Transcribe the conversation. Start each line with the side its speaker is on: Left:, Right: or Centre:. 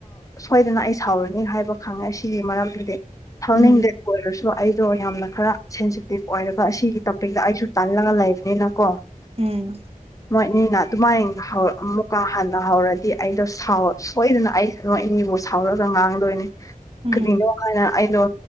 Left: ꯁꯣꯏꯗꯅ ꯑꯩ ꯁꯥꯎꯔꯅꯤ ꯍꯥꯏꯕ ꯈꯪꯉꯦ ꯁꯤꯒꯤ ꯃꯔꯝꯗꯤ ꯊꯥꯎꯅꯤꯡ
Right: ꯎꯝ
Left: ꯂꯩꯄ ꯑꯣꯏꯔꯁꯨ ꯑꯩꯗꯣ ꯌꯥꯝꯅ ꯈꯔ ꯤꯞ ꯑꯣꯏꯔꯒ ꯑꯁꯤꯒꯤ ꯇꯣꯄꯤꯛꯇ ꯑꯩꯁꯨ ꯇꯜꯂꯒ ꯂꯩꯕꯅꯤꯅꯀꯣ
Right: ꯎꯝ
Left: ꯃꯣꯏꯅꯤꯅ ꯑꯗꯨꯃꯥꯏꯅ ꯑꯃꯨꯛꯀ ꯍꯟꯅ ꯍꯧꯔꯗꯤ ꯑꯩꯗꯣ ꯁꯣꯏꯗꯅ ꯑꯩ ꯅꯣꯏꯅꯤꯕꯨ ꯁꯥꯎꯔꯒ ꯉꯥꯡꯗꯣꯏꯅꯦ
Right: ꯎꯝ
Left: ꯀꯔꯤꯅꯣ ꯍꯥꯏꯅ ꯑꯩꯗꯣ